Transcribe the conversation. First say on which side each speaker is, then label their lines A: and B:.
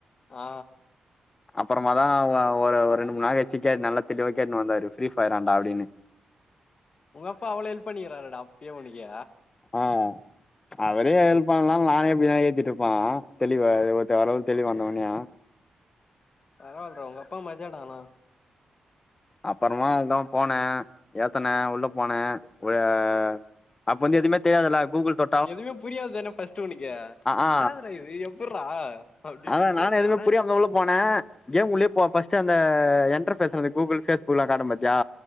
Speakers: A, on the left (about 45°); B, on the left (about 25°).
A: ஆ
B: அப்பறமா தா ஒரு ரெண்டு நாள் கழிச்சு கேட்டு நல்ல திட்டி கேட்டுன்னு வந்தாரு ஃப்ரீஃபயர் ஆண்டா அப்டின்னு
A: உங்க அப்பா அவ்ள ஹெல்ப் பண்ணிக்கிறாறடா அப்யே உனக்கு
B: ஆ அவரே எழுப்பன்லா நாளு நானே எப்டினாலு ஏத்திட்டு இருப்போ தெளிவ ஒருத்த வரவு தெளிவு வந்த உடனே
A: பரவால்டா உங்க அப்பா மஜாடா ஆனா
B: அப்றமா அதுல்தா போனே ஏத்னே உள்ள போனே ஒரே அப்ப வந்து எதுவுமே தெரியாதுல்ல கூகுள் தொ
A: எதுவுமே புரியாது தானே பஸ்ட்டு உனக்கு
B: ஆ
A: என்னதுடா இது எப்புட்றா அப்டின்ட்டு
B: அதா நானுஎதுவுமே
A: ஆனா
B: புரியாம தா உள்ள போனே கேம் உள்ளயே போவ ஃபர்ஸ்டு அந்த எண்டர் ஃபேஸ்லந் கூகுள் பேஸ்புக் லா காட்டு பாத்தியா